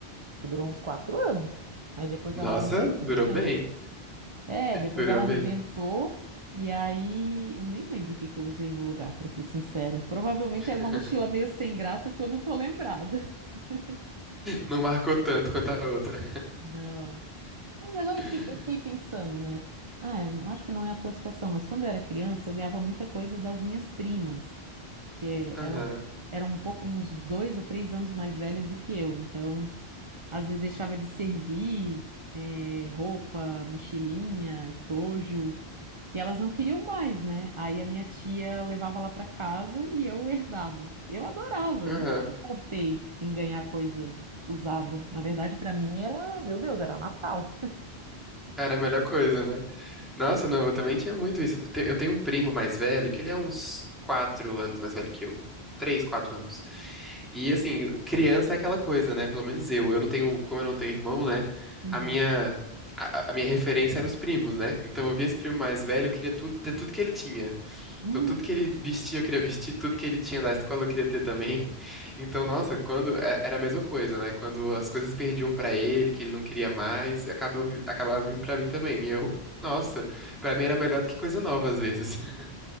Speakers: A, on the right; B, in the centre.
A: acho que durou uns quatro anos. Aí depois
B: Nossa,
A: ela arrebentou,
B: durou
A: né?
B: bem.
A: É, depois
B: Durou
A: ela arrebentou.
B: bem.
A: E aí, eu nem lembro o que que eu usei no lugar, pra ser sincera. Provavelmente
B: <laughs>
A: era uma mochila meio sem graça, porque eu não tô lembrada. <laughs>
B: Não marcou tanto quanto a outra.
A: Não. Mas agora
B: <laughs>
A: que eu fiquei pensando, né? Ah, eu acho que não é a tua situação, mas quando eu era criança, eu ganhava muita coisa das minhas primas, que é,
B: Aham,
A: elas eram um pouco, uns dois a três anos mais velhas do que eu. Então, às vezes deixava de servir, eh, roupa, mochilinha, estojo. E elas não queriam mais, né? Aí a minha tia levava lá para casa e eu herdava. Eu adorava,
B: aham.
A: nunca me importei em ganhar coisa usada. Na verdade, para mim era, meu Deus, era Natal.
B: Era a melhor coisa, né? Nossa, não, eu também tinha muito isso. Te- Eu tenho um primo mais velho, que ele é uns quatro anos mais velho que eu. Três, quatro anos. E assim, criança é aquela coisa, né? Pelo menos eu. Eu não tenho, como eu não tenho irmão, né?
A: Uhum.
B: A minha, a, a minha referência era os primos, né? Então eu via esse primo mais velho, eu queria tudo, ter tudo que ele tinha.
A: Uhum.
B: Então, tudo que ele vestia, eu queria vestir, tudo que ele tinha da escola, eu queria ter também. Então, nossa, quando é- era a mesma coisa, né? Quando as coisas perdiam pra ele, que ele não queria mais, acabava, vi- acabava vindo pra mim também. E eu, nossa, pra mim era melhor do que coisa nova às vezes. <laughs>